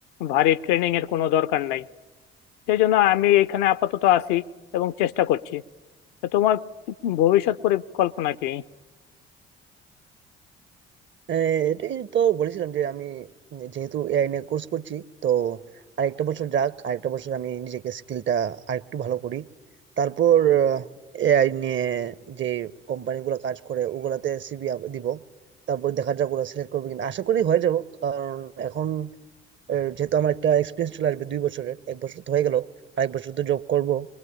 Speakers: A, on the left (about 60°); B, on the right (about 35°).
A: ভারী ট্রেনিং এর কোনো দরকার নাই সেই জন্য আমি এখানে আপাতত আছি এবং চেষ্টা করছি তা তোমার ভবিষ্যৎ পরিকল্পনা কি
B: আহ, এটাই তো বলেছিলাম যে আমি যেহেতু এআই নিয়ে কোর্স করছি তো আরেকটা বছর যাক আরেকটা বছর আমি নিজেকে স্কিলটা আরেকটু ভালো করি তারপর এআই নিয়ে যে কোম্পানিগুলো কাজ করে ওগুলাতে সিভি দিব তারপর দেখা যাক ওরা সিলেক্ট করবে কিনা আশা করি হয়ে যাব কারণ এখন আহ, যেহেতু আমার একটা এক্সপিরিয়েন্স চলে আসবে দুই বছরের এক বছর তো হয়ে গেল আরেক বছর তো জব করব